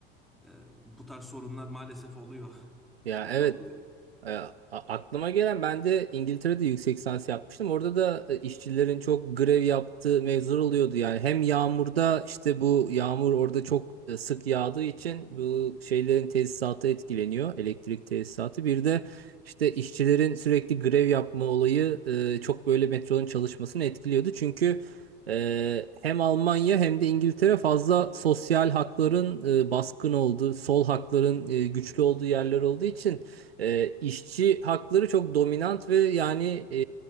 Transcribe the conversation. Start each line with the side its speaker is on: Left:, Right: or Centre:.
Centre: Ee, Bu tarz sorunlar maalesef oluyor. <laughs>
Right: Ya
Centre: Burada
Right: evet
Centre: oluyor.
Right: E, a- aklıma gelen ben de İngiltere'de yüksek lisans yapmıştım. Orada da e, işçilerin çok grev yaptığı mevzular oluyordu. Yani hem yağmurda işte bu yağmur orada çok e, sık yağdığı için bu şeylerin tesisatı etkileniyor. Elektrik tesisatı. Bir de işte işçilerin sürekli grev yapma olayı e, çok böyle metronun çalışmasını etkiliyordu. Çünkü e, hem Almanya hem de İngiltere fazla sosyal hakların e, baskın olduğu, sol hakların e, güçlü olduğu yerler olduğu için e, işçi hakları çok dominant ve yani e,